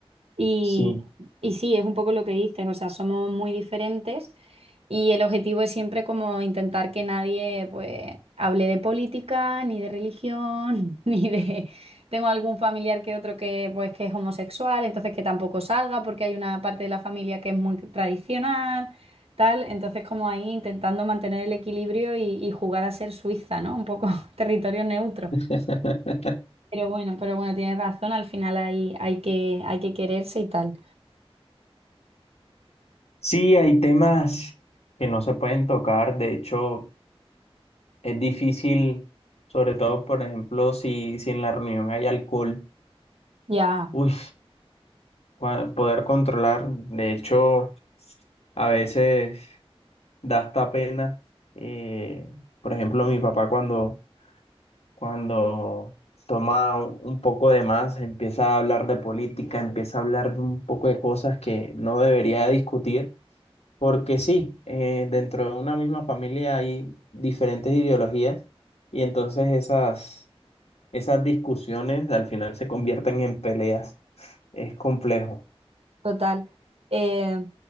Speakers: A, on the right; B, on the left.
A: Y,
B: Sí.
A: y sí, es un poco lo que dices, o sea, somos muy diferentes y el objetivo es siempre como intentar que nadie pues hable de política, ni de religión, <laughs> ni de... Tengo algún familiar que otro que pues que es homosexual, entonces que tampoco salga porque hay una parte de la familia que es muy tradicional, tal, entonces como ahí intentando mantener el equilibrio y, y jugar a ser Suiza, ¿no? Un poco <laughs> territorio neutro.
B: <laughs>
A: Pero bueno, pero bueno, tienes razón, al final hay, hay que, hay que quererse y tal.
B: Sí, hay temas que no se pueden tocar, de hecho. Es difícil, sobre todo, por ejemplo, si, si en la reunión hay alcohol,
A: Ya,
B: uy, cua- poder controlar. De hecho, a veces da hasta pena. eh, por ejemplo, mi papá cuando, cuando toma un un poco de más, empieza a hablar de política, empieza a hablar de un poco de cosas que no debería discutir, porque sí, eh, dentro de una misma familia hay diferentes ideologías y entonces esas esas discusiones al final se convierten en peleas. Es complejo,
A: total. Eh,